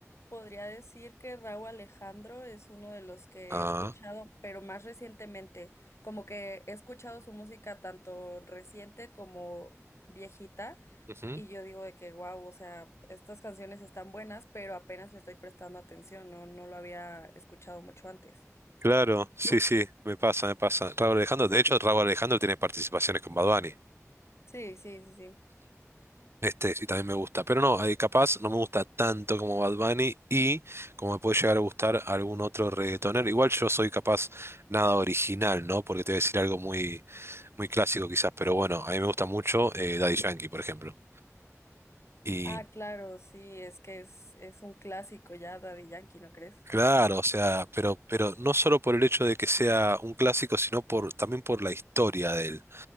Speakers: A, on the left; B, on the right.
A: podría decir que Raúl Alejandro es uno de los que
B: Ah,
A: he escuchado, pero más recientemente, como que he escuchado su música tanto reciente como viejita,
B: ujú.
A: y yo digo de que, wow, o sea, estas canciones están buenas, pero apenas le estoy prestando atención, no, no lo había escuchado mucho antes.
B: Claro,
A: ¿Y
B: sí,
A: tú?
B: sí, me pasa, me pasa. Raúl Alejandro, de hecho, Raúl Alejandro tiene participaciones con Bad Bunny.
A: Sí, sí, sí, sí.
B: Este, y también me gusta. Pero no, eh, capaz no me gusta tanto como Bad Bunny y como me puede llegar a gustar algún otro reggaetonero. Igual yo soy capaz nada original, ¿no? Porque te voy a decir algo muy, muy clásico quizás, pero bueno, a mí me gusta mucho eh, Daddy Yankee, por ejemplo. Y
A: Ah, claro, sí, es que es, es un clásico ya, Daddy Yankee, ¿no crees?
B: claro, o sea, pero, pero no solo por el hecho de que sea un clásico, sino por, también por la historia de él.